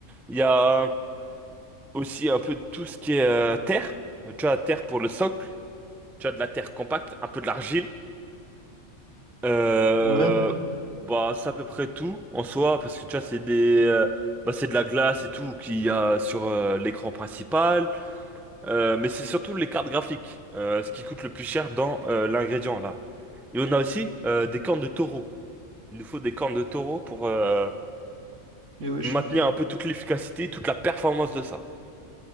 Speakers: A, in the centre; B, on the right.
A: Il y a aussi un peu tout ce qui est euh, terre. Tu as terre pour le socle. Tu as de la terre compacte, un peu de l'argile. Euh,
B: Ouais,
A: bah, c'est à peu près tout en soi, parce que tu vois, c'est des, euh, bah, c'est de la glace et tout qu'il y a sur euh, l'écran principal. Euh, mais c'est surtout les cartes graphiques, euh, ce qui coûte le plus cher dans euh, l'ingrédient là. Et on a aussi euh, des cornes de taureau. Il nous faut des cornes de taureau pour, euh,
B: mais wesh.
A: maintenir un peu toute l'efficacité, toute la performance de ça.